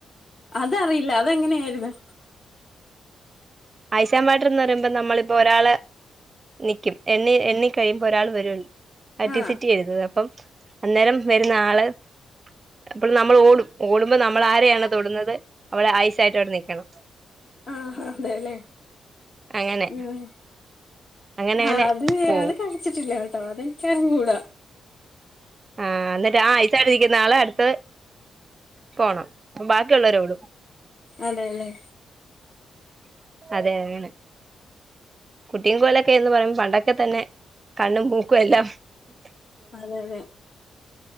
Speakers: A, on the left; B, on the right.
A: അതറിയില്ല അതെങ്ങനെയായിര്ന്ന്
B: ഐസാം വാട്ടർ എന്ന് പറയുമ്പോ നമ്മളിപ്പോ ഒരാള് നിക്കും എണ്ണി എണ്ണ കഴിയുമ്പോ ഒരാൾ വരു ആ
A: ആഹ്
B: ടിസിറ്റി എഴുതുവേ അ പ്പം അന്നേരം വരുന്ന ആള് അപ്പോൾ നമ്മൾ ഓടും ഓടുമ്പോ നമ്മൾ ആരെയാണൊ തൊടുന്നത് അവള് ഐസായിട്ട് അവിടെ നിക്കണം
A: ആ ആ അതേല്ലേ
B: അങ്ങനെ
A: ഉം
B: അങ്ങനെ അങ്ങനെ
A: ആ അത്
B: പോവും
A: അത് കളിച്ചിട്ടില്ലട്ടോ അത എനിക്കർഞ്ഞൂടാ
B: ആ ന്നിട്ട് ആ ടുത്താരിക്കുന്നെ ആള് അടുത്തെത് പോണം ബാക്കിയള്ളവരെവിട
A: അതെല്ലേ
B: അതെ അങ്ങനെ കുട്ടിം കോലും ന്നൊക്കെ പറയുമ്പം പണ്ടൊക്കെ തന്നെ കണ്ണും മൂക്കും എല്ലാം എല്ലാം
A: അതെ അതെ